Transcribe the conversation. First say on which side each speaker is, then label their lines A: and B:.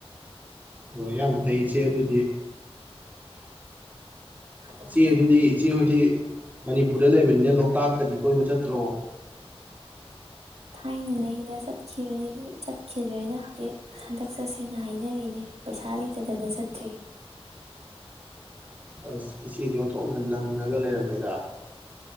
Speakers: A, on the right (about 15°); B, on the right (about 80°).
A: ꯑꯣ ꯌꯥꯝ ꯐꯩꯆꯦ ꯑꯗꯨꯗꯤ
B: ꯑꯗꯨꯃꯥꯏꯅ
A: ꯏꯆꯦ ꯑꯗꯨꯗꯤ ꯏꯆꯦ ꯍꯧꯣꯏꯗꯤ ꯃꯅꯤꯄꯨꯔꯗ ꯂꯩꯕꯅꯤꯅ ꯂꯣꯛꯇꯥꯛꯀꯗꯤ ꯀꯣꯏꯕ ꯆꯠꯇ꯭ꯔꯣ
B: ꯊꯥꯏꯅꯉꯩꯗ ꯆꯠꯈꯤꯕꯗꯒꯤ ꯆꯠꯈꯤꯗ꯭ꯔꯦꯅ ꯍꯧꯖꯤꯛ ꯍꯟꯗꯛ ꯆꯠꯁꯦꯅ ꯍꯥꯏꯅꯔꯤꯅꯦ ꯄꯩꯁꯥ ꯂꯩꯇꯗꯅ ꯆꯠꯇ꯭ꯔꯤ
A: ꯑꯁ ꯏꯆꯦꯗꯤ ꯌꯟꯊꯣꯛꯅ ꯅꯪꯉꯒ ꯂꯩꯔꯝꯃꯦꯗ